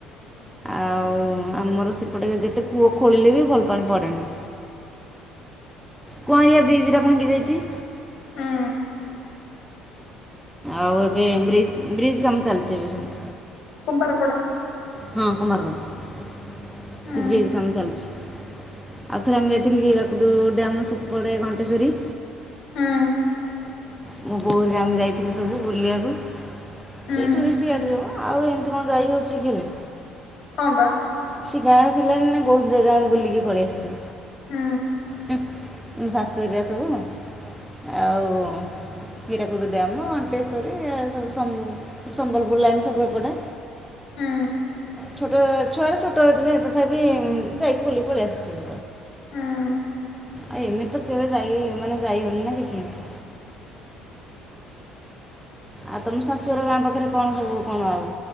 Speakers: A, in the centre; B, on the left.
A: ଆଉ ଆମର ସେପଟେ ଯଦି ଯେତେ କୂଅ ଖୋଳିଲେ ବି ଭଲ ପାଣି ପଡ଼େନି। କୁଆଁରିଆ ବ୍ରିଜ୍ ଟା ଭାଙ୍ଗି ଯାଇଚି।
B: ହୁଁ।
A: ଆଉ ଏବେ ବ୍ରିଜ ବ୍ରିଜ କାମ ଚାଲିଚିଏବେସବୁ।
B: କୁମ୍ଭର ପଡ଼ା।
A: ହଁ କୁମାରପଡା
B: ହୁଁ
A: ବ୍ରିଜି କାମ ଚାଲିଚି। ଆଉଥରେ ଆମେ ଯାଇଥିଲୁ ହୀରାକୁଦୁ ଡ୍ୟାମ୍ ସେପଡ଼େ ଘଣ୍ଟେଶ୍ୱରୀ।
B: ହୁଁ
A: ମୁଁ ବୋଉ ହେଇକା ଆମେ ଯାଇଥିଲୁ ସବୁ ବୁଲିବାକୁ
B: ହୁଁ
A: ସେଇ <unintelligible> ଟୁରିଷ୍ଟ ଗାଇଡ଼ରେ ହବ ଆଉ ହେନ୍ତି କଣ ଯାଇ ହେଉଚି କିଲି।
B: ହଁ ପାଁ।
A: ସେ ଗାଁରେ ଥିଲା ନା ବହୁତୁ ଜାଗା ବୁଲିକି ପଳେଇ ଆସିଛୁ।
B: ହୁଁ।
A: ହୁଁ, ଶାଶୁ ହେରିକା ସବୁ ଆଉ ହୀରାକୁଦୁ ଡ୍ୟାମ ଅଣ୍ଟେଶ୍ୱରୀ ସବୁ ସ ସମ୍ବଲପୁର ଲାଇଣି ସବୁ ଏପଟେ।
B: ହୁଁ।
A: ଛୋଟ ଛୁଆରେ ଛୋଟ ହେଇଥିଲେ ତଥାପି ଯାଇକି ବୁଲିକି ପଳେଇ ଆସୁଚୁ।
B: ହୁଁ।
A: ଆ ଏମିତି ତ କେବେ ଯାଇ ମାନେ ଯାଇ ହଉନି ନା କିଛି ନାହିଁ। ଆଉ ତମ ଶାଶୁଘର ଗାଁ ପାଖରେ କଣ ସବୁ, କଣ ଆଉ?